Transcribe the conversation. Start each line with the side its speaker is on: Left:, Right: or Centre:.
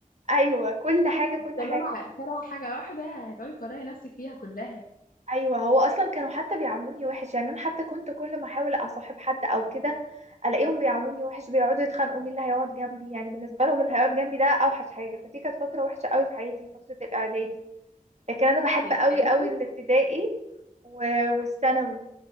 Right: أيوة كل حاجة كل
Left: طالما
Right: حاجة
Left: كارهة حاجة واحدة هتقعدي تكرهي نفسك فيها كلها
Right: أيوة هو أصلا كانوا حتى بيعاملوني وحش يعني أنا حتى كنت كل ما أحاول أصاحب حد أو كده ألاقيهم بيعاملوني وحش بيقعدوا يتخانقوا مين اللي هيقعد جنبي يعني بالنسبة لهم اللي هيقعد جنبي ده أوحش حاجة فدي كانت فترة وحشة قوي في حياتي فترة الإعدادي لكن انا بحب
Left: في
Right: قوي
Left: الإعدادي
Right: قوي الابتدائي و- والثانوي